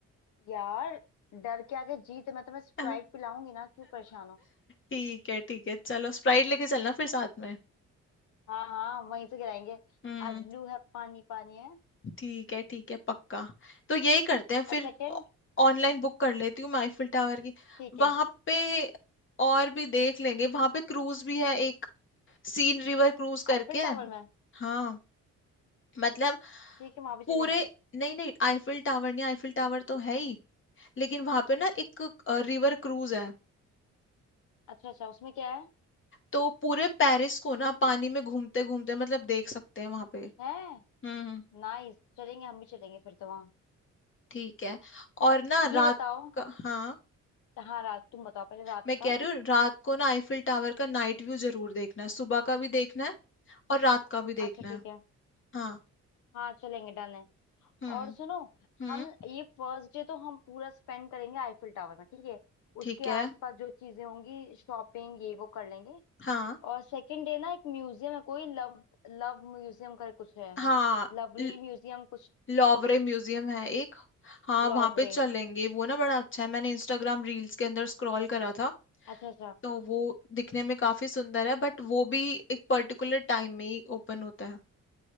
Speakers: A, on the left; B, on the left.
A: यार डर के आगे जीत मैं तुम्हें स्प्राइट
B: <laughs>
A: पिलाऊंगी ना क्यों परेशान हो
B: ठीक है ठीक है चलो स्प्राइट लेके चलना फिर साथ में
A: हाँ हाँ वहीं से गिराएंगे
B: हम्म
A: आज ब्लू है पानी पानी है
B: ठीक है ठीक है पक्का तो यही करते हैं
A: और
B: फिर
A: सेकंड
B: ऑनलाइन बुक कर लेती हूँ मैं आईफिल टावर की
A: ठीक है
B: वहां पे और भी देख लेंगे वहां पे क्रूज भी है एक सीन रिवर क्रूज करके
A: आईफिल
B: है
A: टावर में
B: हाँ मतलब
A: ठीक है वहां भी
B: पूरे
A: चलेंगे
B: नहीं नहीं आईफिल टावर नहीं आईफिल टावर तो है ही लेकिन वहां पे ना एक रिवर क्रूज है
A: अच्छा अच्छा उसमें क्या है
B: तो पूरे पेरिस को ना पानी में घूमते घूमते मतलब देख सकते हैं वहां पे
A: है
B: हम्म
A: नाइस चलेंगे हम भी चलेंगे फिर तो वहाँ
B: ठीक है और ना
A: ये
B: रात
A: बताओ
B: का हाँ
A: हाँ रात तुम बताओ पहले रात
B: मैं
A: का
B: कह रही हूँ रात को ना आईफिल टावर का नाइट व्यू जरूर देखना है सुबह का भी देखना है और रात का भी देखना
A: अच्छा ठीक
B: है
A: है
B: हाँ
A: हाँ चलेंगे डन है
B: हम्म
A: और सुनो
B: हम्म
A: हम ये फर्स्ट डे तो हम पूरा स्पेंड करेंगे आईफिल टावर में ठीक है
B: ठीक
A: उसके
B: है
A: आसपास जो चीजें होंगी शॉपिंग ये वो कर लेंगे
B: हाँ
A: और सेकंड डे ना एक म्यूजियम है कोई लव लव म्यूजियम कर कुछ है
B: हाँ
A: लवली
B: ल-
A: म्यूजियम कुछ
B: लॉवरे म्यूजियम है एक हाँ
A: लवरे
B: वहाँ पे चलेंगे वो ना बड़ा अच्छा है मैंने इंस्टाग्राम रील्स के अंदर स्क्रॉल करा था
A: अच्छा अच्छा
B: तो वो दिखने में काफी सुंदर है बट वो भी एक पर्टिकुलर टाइम में ही ओपन होता है